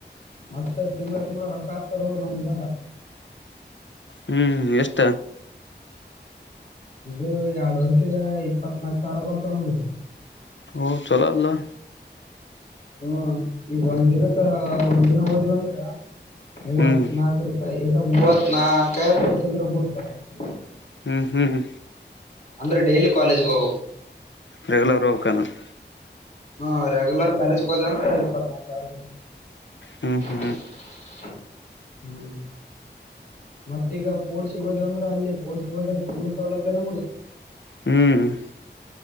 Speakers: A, on the left; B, on the left.
A: ಮತ್ತೆ ತಿಂಳ ತಿಂಗಳ ರೊಕ್ಕ ಹಾಕ್ತರು ನಮ್ಗ
B: ಹ್ಮ್ ಎಷ್ಟ
A: ಇದು ಎರಡು ವರ್ಷಗ ಇಪ್ಪತ್ನಾಕು ಸಾವಿರ ಬರ್ತಾವ ನಮಗೆ
B: ಹಓ ಚಲಾ ಅಲ್ಲಾ
A: ಹ್ಮ ಈಗ ಒಂದಿನಕ್ಕೆ ಒಂದ ದಿನ ಓದವಂದ್ರ <inaudible> ಮೂವತ್ತ್ನಾಾಲ್ಕು
B: ಹ್ಮ್
A: ರೂಪಾಯಿ ಮೂವತ್ನಾಕ ಚಲ್ರ ಭೂತ <unintelligible>
B: ಹ್ಮ್ ಹ್ಮ್
A: ಅಂದ್ರೆ ಡೈಲಿ ಕಾಲೇಜ್ಗೆ ಹೋಗ್ಬೇಕ್
B: ರಗಲರ್ ರೋೋಗ್ಕ <unintelligible>
A: ಹಾ ರೆಗ್ಯುಲರ್ ಕಾಲೇಜ್ಗೆ ಹೋದಂದ್ರ ಇಪ್ಪತ್ನಾಲ್ಕ ಸಾವಟ್ಟ
B: ಹ್ಮ್ ಹ್ಮ್
A: <inaudible> ಹ್ಮ್ ಮತ್ತೀಗ ಪೋಡ್ಸಗೋದು ಅಂದ್ರೆ ಅಲ್ಲಿ ಪೋಡ್ಸಗೋದ್ರ ಫುಲ್ ಸೌಲಭ್ಯ ನಮ್ಗ
B: ಹ್ಮ್ <inaudible>